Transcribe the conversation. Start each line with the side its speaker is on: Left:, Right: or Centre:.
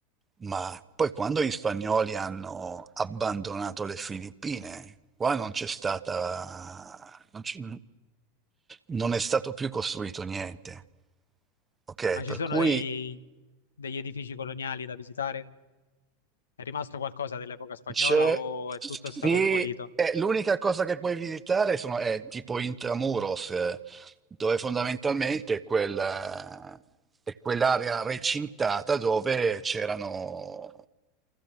Right: ma poi quando gli spagnoli hanno abbandonato le Filippine, qua non c'è stata, non, c'è- non è stato più costruito niente. Ok,
Left: Ma ci
Right: per
Left: sono
Right: cui
Left: dei- degli edifici coloniali da visitare? È rimasto qualcosa dell'epoca spagnola
Right: C'è,
Left: o è
Right: sì,
Left: tutto stato demolito?
Right: eh, l'unica cosa che puoi visitare sono, è tipo Intramuros, eh, dove fondamentalmente è quella- è quell'area recintata dove c'erano